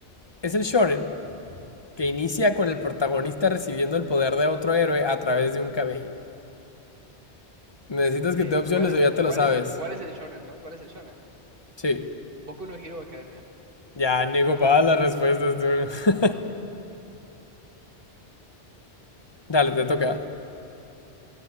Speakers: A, on the left; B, on the right.
A: es el shonen que inicia con el protagonista recibiendo el poder de otro héroe a través de un cabello? ¿Necesitas
B: Eh,
A: que te dé opciones
B: ¿cuál es
A: o ya
B: el,
A: te
B: cuál
A: lo sabes?
B: es, el- cuál es el shonen, no? ¿Cuál es el shonen?
A: Sí.
B: Boku no Hero Academia.
A: Ya, niego para las respuestas, tú. Dale, te toca.